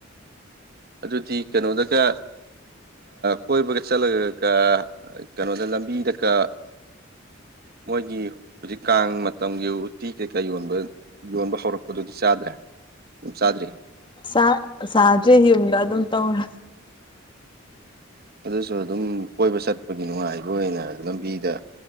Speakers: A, on the right; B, on the left.
A: ꯑꯗꯨꯗꯤ ꯀꯩꯅꯣꯗꯒ ꯀꯣꯏꯕꯒ ꯆꯠꯂꯒꯒ ꯀꯩꯅꯣꯗ ꯂꯝꯕꯤꯗꯀ ꯃꯣꯏꯒꯤ ꯍꯧꯖꯤꯛ ꯀꯥꯡ ꯃꯇꯝꯒꯤ ꯎꯇꯤ ꯀꯩꯀꯥ ꯌꯣꯟꯕ ꯌꯣꯟꯕ ꯍꯧꯔꯛꯄꯗꯨꯗꯤ ꯆꯥꯗ꯭ꯔꯦ ꯑꯗꯨꯝ ꯆꯥꯗ꯭ꯔꯤ
B: ꯆꯥ ꯆꯥꯗ꯭ꯔꯤ ꯌꯨꯝꯗ ꯑꯗꯨꯝ ꯇꯧꯔꯦ
A: ꯑꯗꯨꯁꯨ ꯑꯗꯨꯝ ꯀꯣꯏꯕ ꯆꯠꯄꯒꯤ ꯅꯨꯡꯉꯥꯏꯕ ꯑꯣꯏꯅ ꯂꯝꯕꯤꯗ